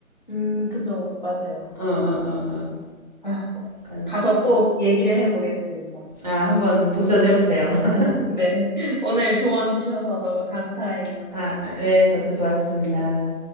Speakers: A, on the left; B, on the right.
A: 음, 그죠. 맞아요.
B: 어, 어, 어, 어.
A: 아,
B: 그러니까,
A: 가서 꼭 얘기를 해보겠습니다.
B: 아, 한번 도전해 보세요. <laughs>
A: 네. <laughs> 오늘 조언 주셔서 너무 감사해요.
B: 아, 네, 저도 좋았습니다.